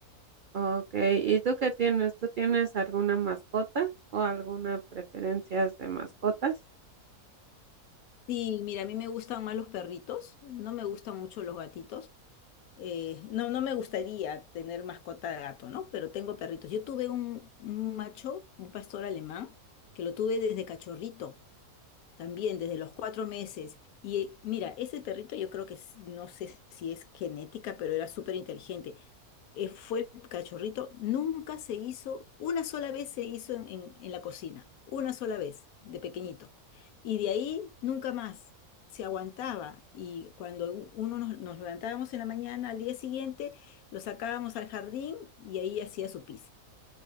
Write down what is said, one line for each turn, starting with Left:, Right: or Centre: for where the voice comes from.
Right: Ok, ¿y tú qué tienes? ¿Tú tienes alguna mascota o alguna preferencia de mascotas?
Left: Sí, mira, a mí me gustan más los perritos, no me gustan mucho los gatitos, eh, no, no me gustaría tener mascota de gato, ¿no? Pero tengo perritos. Yo tuve un, un macho, un pastor alemán, que lo tuve desde cachorrito. También desde los cuatro meses. Y eh, mira, ese perrito yo creo que es- no sé si es genética, pero era súper inteligente. Eh, fue el cachorrito, nunca se hizo, una sola vez se hizo en, en- en la cocina, una sola vez, de pequeñito. Y de ahí nunca más, se aguantaba. Y cuando u- uno nos, nos levantábamos en la mañana, al día siguiente, lo sacábamos al jardín y ahí hacía su pis.